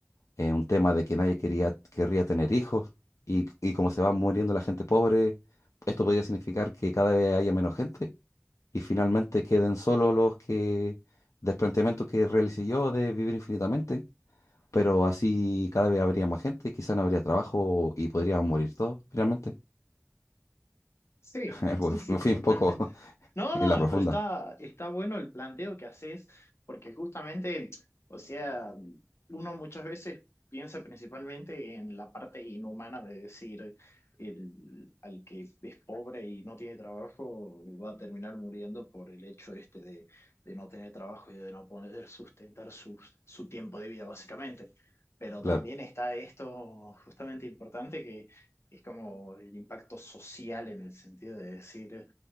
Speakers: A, on the left; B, on the left.
A: eh, un tema de que nadie quería, querría tener hijos y, y como se va muriendo la gente pobre, esto podría significar que cada vez haya menos gente y finalmente queden solo los que, del planteamiento que realicé yo de vivir infinitamente, pero así cada vez habría más gente, quizá no habría trabajo y podrían morir todos finalmente.
B: Sí,
A: <laughs>
B: sí,
A: Pues
B: sí,
A: me fui
B: totalmente.
A: un poco <laughs>
B: No,
A: en
B: no,
A: la profunda,
B: pero está, está bueno el planteo que haces, porque justamente, o sea, uno muchas veces piensa principalmente en la parte inhumana de decir, el, al que es pobre y no tiene trabajo va a terminar muriendo por el hecho este de, de no tener trabajo y de no poder sustentar su, su tiempo de vida, básicamente. Pero
A: claro,
B: también está esto justamente importante es como el impacto social en el sentido de decir,